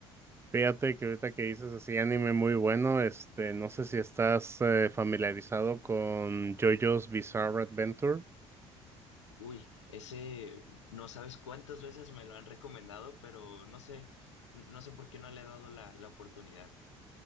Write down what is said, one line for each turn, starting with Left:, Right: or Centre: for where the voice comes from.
Right: Fíjate que ahorita que dices así anime muy bueno, este, no sé si estás eh, familiarizado con JoJo's Bizarre Adventure.
Left: Uy, ese no sabes cuántas veces me lo han recomendado, pero no sé, n- no sé por qué no le he dado la, la oportunidad.